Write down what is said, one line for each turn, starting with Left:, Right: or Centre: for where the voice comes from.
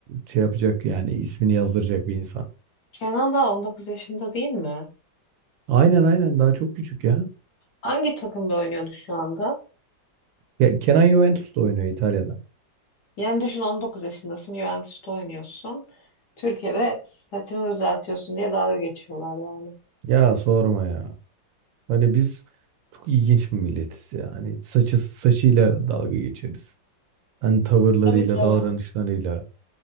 Right: e, şey yapacak yani ismini yazdıracak bir insan.
Left: Kenan daha 19 yaşında değil mi?
Right: Aynen aynen daha çok küçük ya.
Left: Hangi takımda oynuyordu şu anda?
Right: Ya Kenan Juventus'ta oynuyor İtalya'da.
Left: Yani düşün 19 yaşındasın, Juventus'ta oynuyorsun. Türkiye'de saçını düzeltiyorsun diye dalga geçiyorlar yani.
Right: Ya sorma ya. Hani biz çok ilginç bir milletiz ya. Hani saçı saçıyla dalga geçeriz. Hani tavırlarıyla,
Left: Tabii tabii.
Right: davranışlarıyla.